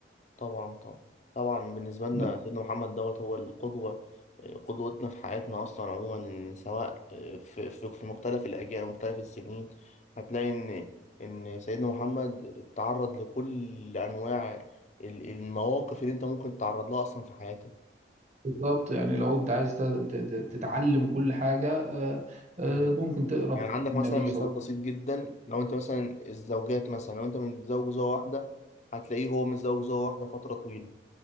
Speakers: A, on the left; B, on the right.
A: طبعا طبعا طبعا بالنسبة لنا
B: بس
A: سيدنا محمد دوت هو القدوة آه، قدوتنا في حياتنا أصلا عموما سواء آه، في في في مختلف الأجيال ومختلف السنين هتلاقي إن إن سيدنا محمد تعرض لكل أنواع ال- المواقف اللي أنت ممكن تتعرض لها أصلا في حياتك
B: بالظبط يعني لو أنت عايز ت... ت... ت- تتعلم كل حاجة آه، آه،
A: يعني
B: ممكن تقرأ
A: يعني عندك
B: النبي
A: مثلا مثال
B: صلى
A: بسيط جدا لو أنت مثلا الزوجات مثلا لو أنت متزوج زوجة واحدة هتلاقيه هو متزوج زوجة واحدة فترة طويلة